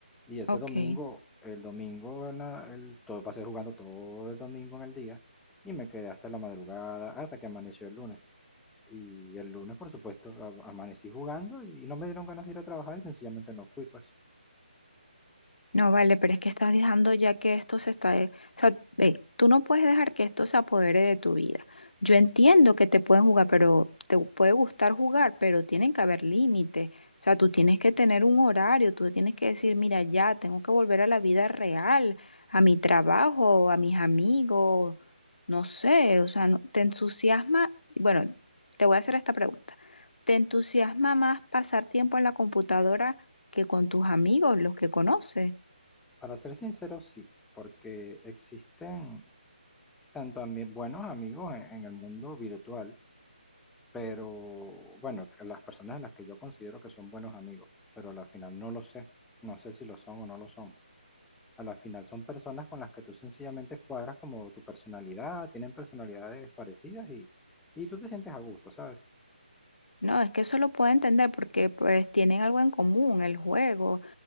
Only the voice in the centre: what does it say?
Y ese
domingo, el domingo, en la- el- todo pasé jugando todo el domingo en el día y me quedé hasta la madrugada, hasta que amaneció el lunes. Y el lunes, por supuesto, a- amanecí jugando y no me dieron ganas de ir a trabajar y sencillamente no fui, pues.
Para ser sincero, sí, porque existen tanto ami- buenos amigos en en el mundo virtual pero bueno, las personas a las que yo considero que son buenos amigos, pero a la final no lo sé, no sé si lo son o no lo son. A la final son personas con las que tú sencillamente cuadras como tu personalidad, tienen personalidades parecidas y, y tú te sientes a gusto, ¿sabes?